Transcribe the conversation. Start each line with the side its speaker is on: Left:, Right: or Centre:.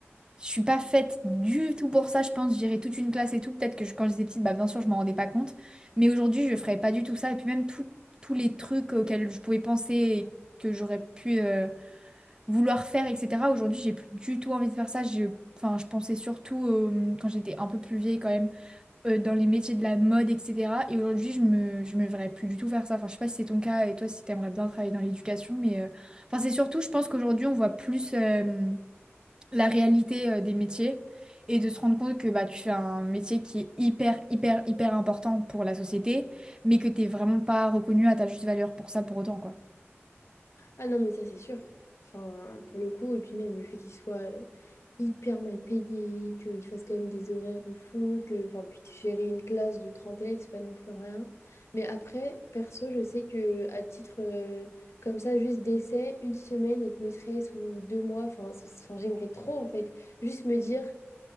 Right: Je suis pas faite du tout pour ça, je pense. J'irais toute une classe et tout. Peut-être que je- quand j'étais petite, bah, bien sûr, je m'en rendais pas compte. Mais aujourd'hui, je ferais pas du tout ça. Et puis même tout- tous les trucs auxquels je pouvais penser et que j'aurais pu euh, vouloir faire, etc. Aujourd'hui, j'ai plus du tout envie de faire ça. Je, enfin, je pensais surtout, euh, quand j'étais un peu plus vieille quand même, euh, dans les métiers de la mode, etc. Et aujourd'hui, je me, je me verrais plus du tout faire ça. Enfin, je sais pas si c'est ton cas et toi, si t'aimerais bien travailler dans l'éducation. Mais euh, enfin, c'est surtout, je pense qu'aujourd'hui, on voit plus. euh, la réalité euh, des métiers et de se rendre compte que bah, tu fais un métier qui est hyper, hyper, hyper important pour la société, mais que t'es vraiment pas reconnu à ta juste valeur pour ça pour autant, quoi.
Left: Ah non, mais ça, c'est sûr. Enfin, pour le coup, et puis même le fait qu'il soit euh, hyper mal payé, qu'il fasse quand même des horaires de fou, que, enfin, puis gérer une classe de 30 élèves, c'est pas non plus rien. Mais après, perso, je sais que à titre euh, comme ça, juste d'essai, une semaine, être maîtresse ou deux mois, enfin, ce- enfin, j'aimerais trop, en fait, juste me dire,